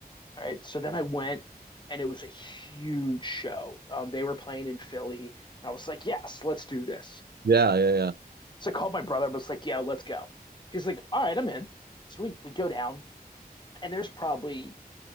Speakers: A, on the left; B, on the right.
A: All right. So then I went and it was a huge show. Um, they were playing in Philly. And I was like, yes, let's do this.
B: Yeah, yeah, yeah.
A: So I called my brother, but was like, yeah, let's go. He's like, all right, I'm in. So we, we go down and there's probably